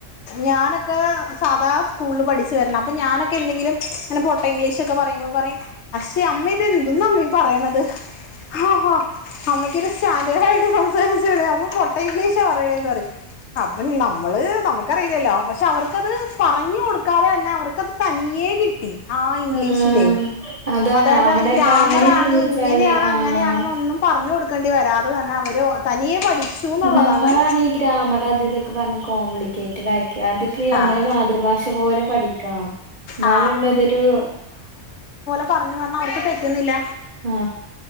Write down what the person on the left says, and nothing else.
ഞാനൊക്കെ സാധാ സ്കൂള് പഠിച്ചു വരണം അപ്പൊ ഞാനൊക്കെ എന്തെങ്കിലും അങ്ങനെ പൊട്ട ഇംഗ്ലീഷൊക്കെ പറയുമ്പോ പറയും പക്ഷേ അമ്മ ഇത് എന്തോന്നാ അമ്മേ ഈ പറയണത്. ആഹാ അമ്മക്കൊരു സ്റ്റാന്റേടായിട്ട് സംസാരിച്ചൂടെ അമ്മ പൊ ഗ്ലീഷ പറയണെന്ന് പറയും അപ്പ നമ്മള് നമു ക്കറീലല്ലോ പക്ഷേ അവർക്കത് പറഞ്ഞു കൊടുക്കാതെ തന്നെ അവർക്ക്ത് തനിയേ കിട്ടി. ആ ഇംഗ്ലീഷിന്റെറെ
അതായത്
അത് ഗ്രാമറാണ്
ഇങ്ങനെയാണ്
അങ്ങനെയാണെന്ന് ഒന്നും പറഞ്ഞു കൊട് ക്കേണ്ടി വരാതെ തന്നെ അവര് തനിയെ പഠിച്ചു. എന്നുള്ളതാണ്
ആഹ്
ആ പർഞ്ഞ് പർഞ്ഞ് അവർക്ക് തെറ്റുന്നില്ല.